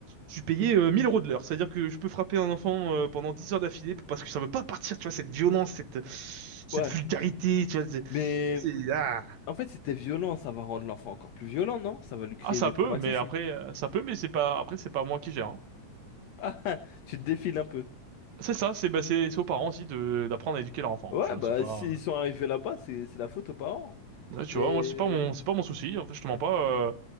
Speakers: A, on the right (about 70°); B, on the left (about 75°).
A: je suis payé euh, 1000 euros de l'heure. C'est-à-dire que je peux frapper un enfant euh, pendant 10 heures d'affilée parce que ça veut pas partir, tu vois, cette violence, cette, cette
B: Ouais.
A: vulgarité, tu vois. C'est,
B: Mais
A: c'est- ah.
B: en fait, c'était violent, ça va rendre l'enfant encore plus violent, non? Ça va lui créer
A: Ah, ça
B: des
A: peut,
B: traumatismes.
A: mais après euh, ça peut, mais c'est pas, après c'est pas moi qui gère. hein.
B: <laughs> Tu te défiles un peu.
A: C'est ça, c'est bah, c'est c'est aux parents aussi de d'apprendre à éduquer leur enfant.
B: Ouais,
A: hein, tu vois,
B: bah,
A: c'est pas,
B: s'ils sont arrivés là-bas, c'est c'est la faute aux parents.
A: Ouais, tu
B: Mais
A: vois, moi c'est
B: euh,
A: pas mon c'est pas mon souci. En fait, je te mens pas. euh,